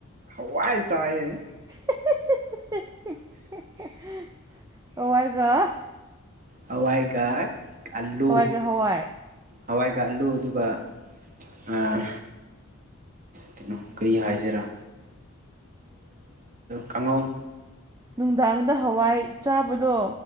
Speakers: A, on the right; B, on the right.
A: ꯍꯋꯥꯏ ꯆꯥꯏ
B: <unintelligible> ꯍꯋꯥꯏꯒ
A: ꯍꯋꯥꯏꯒ ꯑꯂꯨ
B: ꯍꯋꯥꯏꯒ ꯍꯋꯥꯏ
A: ꯍꯋꯥꯏꯒ ꯑꯂꯨ ꯑꯗꯨꯒ ꯑꯥ ꯀꯩꯅꯣ ꯀꯔꯤ ꯍꯥꯏꯖꯤꯔ ꯀꯪꯉꯧ
B: ꯅꯨꯡꯗꯥꯡꯗ ꯍꯋꯥꯏ ꯆꯥꯕꯗꯣ